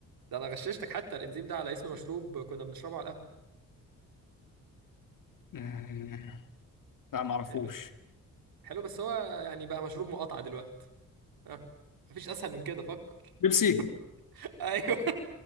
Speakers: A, on the right; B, on the left.
A: ده انا غششتك حتى الانزيم ده على اسم مشروب كنا بنشربه على القهوه
B: آه لا معرفوش
A: حلو حلو بس هو يعني بقى مشروب مقاطعه دلوقتي ها مفيش اسهل من كده فكر
B: بيبسي
A: <laughs> ايوه